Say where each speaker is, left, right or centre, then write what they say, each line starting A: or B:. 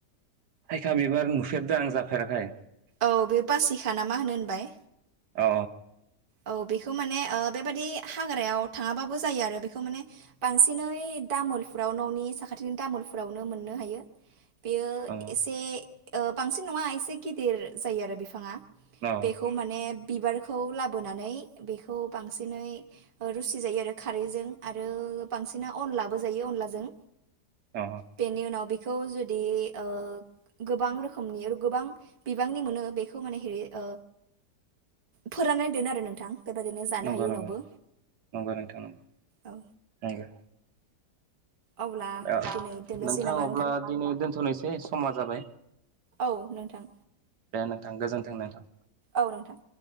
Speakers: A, on the right; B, on the right.
A: थाइखा बिबार नुफेरदों आं जाफेराखै
B: औ बेयो बासिखा नामा होनो होनबाय।
A: अ
B: औ बेखौ माने ओ बेबादि हाग्रायाव थाङाबाबो जायो आरो बेखौ माने बांसिनै दामोलफोराव न'नि साखाथिनि दामोलफोरावनो मोननो हायो। बियो
A: अ
B: इसे ओ बांसिन नङा इसे गिदिर जायो आरो बिफाङा।
A: अ
B: बेखौ माने बिबारखौ लाबोनानै बेखौ बांसिनै रुसि जायो आरो खारैजों आरो बांसिना अनलाबो जायो अनलाजों
A: अ
B: बेनि उनाव बि खौ जुदि ओ गोबां रोखोमनि गोबां बिबांनि मोनो बेखौ माने हेरै ओ फोराननानै दोनो आरो नोंथां। बेबायदिनो जानो
A: नंगौ
B: हायो
A: नंगौ
B: उनावबो
A: नंगौ नोंथां नंगौ
B: औ
A: नंगौ
B: अब्ला
A: ओ
B: दिनै दोननोसै
A: नोंथां
B: नामा
A: अब्ला दिनै दोनथ'नोसै समा जाबाय।
B: औ नोंथां
A: दे नोंथां गोजोन्थों नोंथां।
B: औ नोंथां